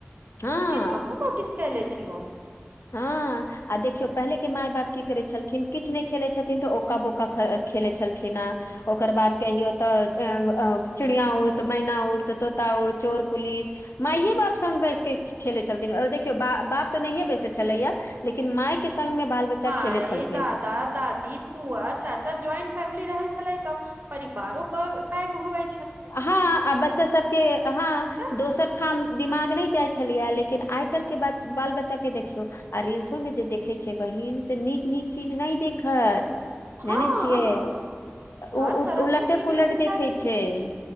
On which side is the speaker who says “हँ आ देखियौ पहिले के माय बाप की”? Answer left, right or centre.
Left